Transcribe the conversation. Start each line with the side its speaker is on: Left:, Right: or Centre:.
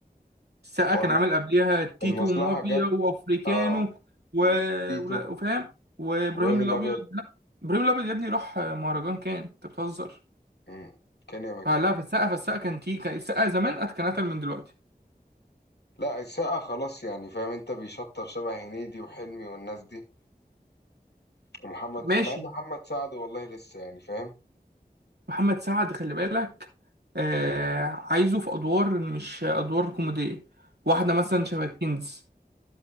Right: السقا كان
Left: هو الم-
Right: عامل قبليها تيتو
Left: المصلحة
Right: ومافيا
Left: جت
Right: وأفريكانو
Left: اه
Right: و...
Left: مم. تيتو
Right: ولا- وفاهم وإبراهيم
Left: ابراهيم الابيض
Right: الأبيض لأ إبراهيم الأبيض يا ابني راح مهرجان كان أنت بتهزر
Left: مم. كان يا مكان
Right: فلا فالسقا فالسقا كان تي كان السقا زمان أت- كان أتقل من دلوقتي
Left: لا السقة خلاص يعني فاهم انت بيشطب شبه هنيدي وحلمي والناس دي ومحمد
Right: ماشي
Left: مع ان محمد سعد والله لسه يعني فاهم
Right: محمد سعد خلي بالك آه... عايزه في أدوار مش أدوار كوميدية واحدة مثلا شبه كنز